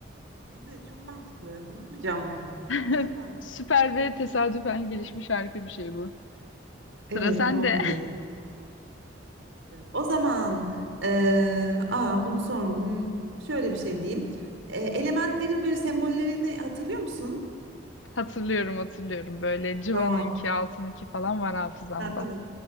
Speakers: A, on the right; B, on the left.
A: Evet, çok mantıklı. Unutmayacağım bunu.
B: <laughs>
A: Harika.
B: Süper ve tesadüfen gelişmiş harika bir şey bu.
A: Evet,
B: Sıra sende.
A: doğru diyorsun. O zaman eee aa, bunu sor. hmm, Şöyle bir şey diyeyim. Eee, elementlerin böyle sembollerini hatırlıyor musun?
B: <laughs> Hatırlıyorum hatırlıyorum böyle Civan'ınki
A: Tamam.
B: altınınki falan var hafızamda.
A: Ha, tamam.